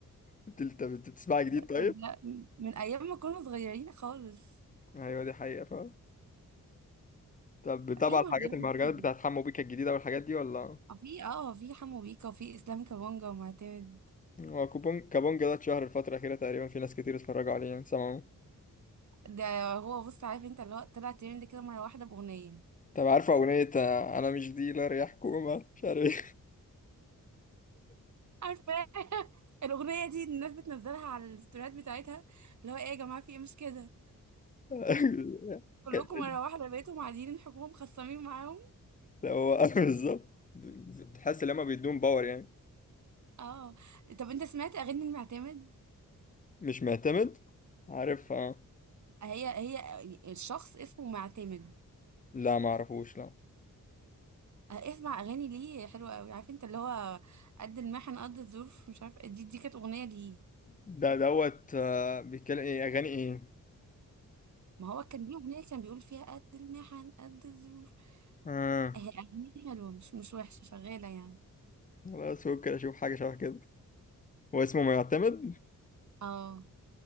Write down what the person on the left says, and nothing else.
انت انت بت- بتسمعي جديد
طيب
ايوه دي حقيقة فعلا طب بتابع
الحاجات
المهرجانات
بتاعت حمو بيكا الجديدة والحاجات دي ولا
هو كوبون كابونجا ده اتشهر الفترة الأخيرة تقريبا في ناس كتير اتفرجوا عليه يعني سمعوا
طب عارفة أغنية آه، أنا مش ديلر يا حكومة مش عارف ايه
<laughs>
كانت-
هو <laughs> بالظبط بتحس إن هما بيدوم باور يعني
مش معتمد عارف اه
لا ما اعرفوش لا
ده دوت آه، بيتكلم ايه أغاني ايه
اه
خلاص ممكن اشوف حاجه شبه كده هو اسمه معتمد